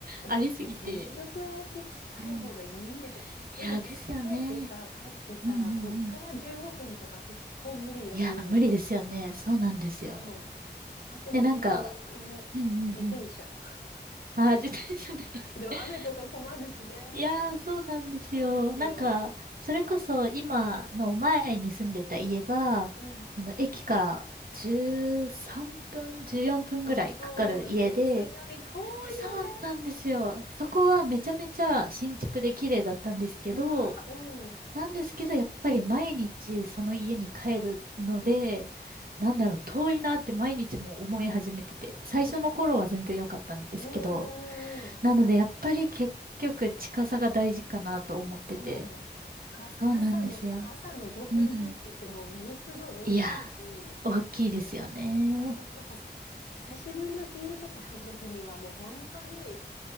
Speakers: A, on the right (about 55°); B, on the left (about 70°).
A: ありすぎて。
B: だって結局駅近い方がいいですよ。
A: うん。いや、
B: 夜疲れてさ、
A: ですよね。
B: 帰ってさ、
A: うんうんうん。
B: こっから15分とか結構無理だし、
A: いや、無理ですよね。そうなんですよ。
B: そう。あともう本当ね、
A: で、なんか、うんうんうん。
B: 自転車 <laughs>
A: あー、自転車ね。
B: でも雨とか困るしね。
A: <laughs> いやー、そうなんですよ。
B: そうですよ。
A: なんか、それこそ今の前に住んでた家が、
B: うん。うん
A: あの、駅から13分、14分ぐらいかかる家で、
B: うんうん。絶妙に遠いよね。
A: え、そうなんですよ。そこはめちゃめちゃ新築で綺麗だったんですけど、
B: うわー、うん。
A: なんですけど、やっぱり毎日その家に帰るので、
B: うん。
A: なんだろう、遠いなって毎日も思い始めてて、最初の頃は全然良かったんですけど、
B: うんうんうんうん。
A: なのでやっぱり結局近さが大事かなと思ってて、
B: そう。か、
A: そうなんですよ。
B: 朝もさ、朝の5分、
A: うん。
B: 10分っぷんってもうものすごい大きいし、
A: いや、大きいですよね。
B: ねえ、それなんか、久しぶりのヒールとか履いてた日には、もう本当に、